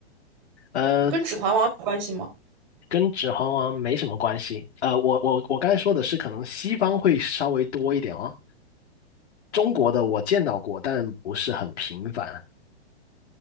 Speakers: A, on the left; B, on the right.
A: 呃，
B: 跟《指环王》有关系吗？
A: 跟指环王没什么关系。呃，我我我刚才说的是，可能西方会稍微多一点哦。中国的我见到过，但不是很频繁，